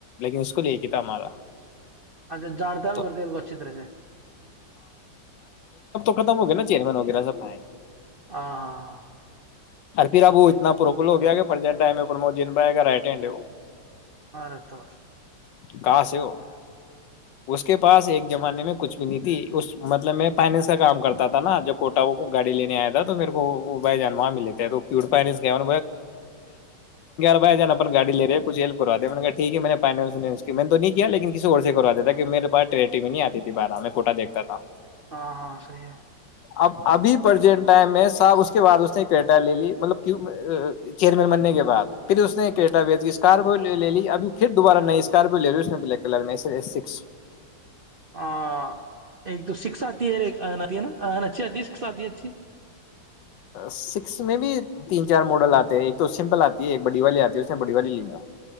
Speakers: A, on the left (about 75°); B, on the right (about 50°).
A: لیکن اس کو لے کے تھا ہمارا
B: اچھا جانتا
A: تو
B: نگر تیر کو اچھی طرح سے
A: تم ہو گے نا چیرمین وغیرہ سب آیں
B: ہاں ہاں ہاں
A: پھر اب وہ اتنا پروپل ہو گیا کہ ٹائم میں پرمود جن میں آئےا رائٹ ہینڈ ہے وہ
B: اور رہ تو
A: کہ سے ہے وہ اس کے پاس ایک زمانے میں کچھ بھی نہیں تھی اس مطلب میں فائننس کا کام کرتا تھا نا جوب کوٹا وہ گاڑی لینے آیا تھا تو میرے وہ بھ جان وہاں ملے تو فیار بھ جان اپن گای لے کھ ہیلپ کرا دیا ٹھیک ہے میں نے میں تو نہیں کیا لن کسی اور سے کر دیتا میرے پاٹٹی آتیھی بارہ میںھٹا دیکتا تھا
B: ہاں ہاں صحیح ہے
A: اب ابھی پرج م س اس کے بع اس نےیٹا لے لی مطلب چیئرمین بننے کے بعد پھر اس نےیٹا اسکارپیو لے لی ابھی پھر دوبارہ نئی اسکارپیو لے لیی نے بلیک کلر میں سکس
B: ہاں ایک تو ش سکس آتی ہے ا ایک آ آتی ہے ن آن اچھی آتی ہے سک آتی ہے اچھی
A: سکس میں بھی تین چار ماڈل آتے ہیں ایک تو سمپل آتی ہے ایک بڑی والی آتی ہے اس میں بڑی والی لین گا